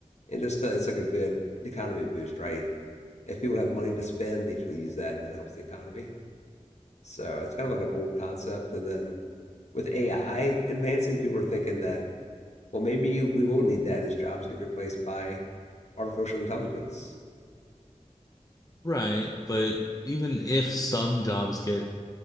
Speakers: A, on the left; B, on the left.
A: and just to, it's like a good economy boost, right? If people have money to spend, they usually use that and that helps the economy. So it's kind of like an old concept. And then with AI advancing, people are thinking that, well, maybe we will need that as jobs get replaced by artificial intelligence.
B: Right, but even if some jobs get